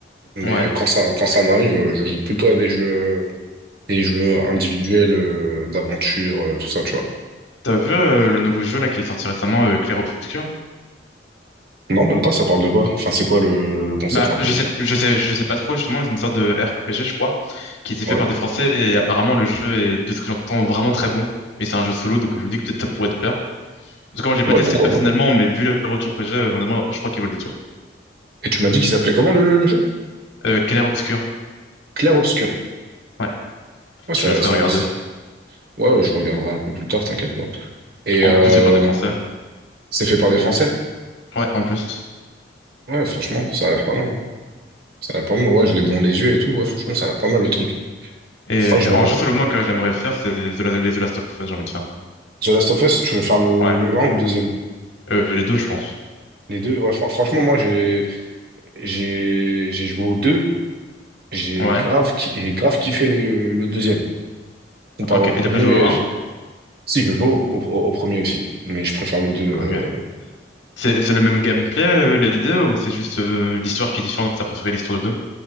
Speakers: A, on the right; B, on the left.
A: Mais
B: Ouais.
A: euh, quand ça, quand ça m'arrive, euh, je joue plutôt à des jeux. Des jeux individuels euh, d'aventure, euh, tout ça, tu vois.
B: T'as vu euh, le nouveau jeu là qui est sorti récemment, euh, Clair Obscur?
A: Non, même pas, ça parle de quoi? Enfin, c'est quoi le, le concept
B: Bah,
A: un peu?
B: je sais, je sais, je sais pas trop, justement, c'est une sorte de RPG, je crois, qui était fait
A: Ouais.
B: par des Français, et apparemment, le jeu est, de ce que j'entends, vraiment très bon. Et c'est un jeu solo, donc je me dis que peut-être ça pourrait te plaire. En tout cas, moi, j'ai pas
A: Ouais,
B: testé
A: pourquoi
B: personnellement,
A: pas?
B: mais vu les retours que j'ai, euh, honnêtement, je crois qu'ils veulent des tours.
A: Et tu m'as dit qu'il s'appelait comment le, le jeu?
B: Euh, Clair Obscur.
A: Clair Obscur.
B: Ouais,
A: Ouais, ça,
B: je laisserai
A: ça,
B: regarder.
A: c'est- ouais, je regarderai un peu plus tard, t'inquiète pas. Et
B: En
A: euh,
B: plus, c'est par des Français.
A: c'est fait par des Français?
B: Ouais, en plus.
A: Ouais, franchement, ça a l'air pas mal. Ça a l'air pas mal, ouais, je l'ai devant les yeux et tout, ouais, franchement, ça a l'air pas mal le truc.
B: Et
A: Ouais, je vais...
B: en jeu solo, moi, que j'aimerais faire, c'est The La- les The Last of Us, j'ai envie de faire.
A: The Last of Us, tu veux faire le,
B: Ouais.
A: le un ou le deuxième?
B: Euh, les deux, je pense.
A: Les deux, ouais, fran- franchement, moi, j'ai, j'ai, j'ai joué aux deux. J'ai
B: Ouais.
A: grave, ki- j'ai grave kiffé le, le deuxième. Comparé
B: Ok.
A: au
B: Et
A: premier,
B: t'as pas joué au un.
A: je- si je veux au, au, au premier aussi, mais je préfère le deux.
B: Ok.
A: euh.
B: C'est c'est le même gameplay, euh, les deux, ou c'est juste euh, l'histoire qui est différente, t'as préféré l'histoire de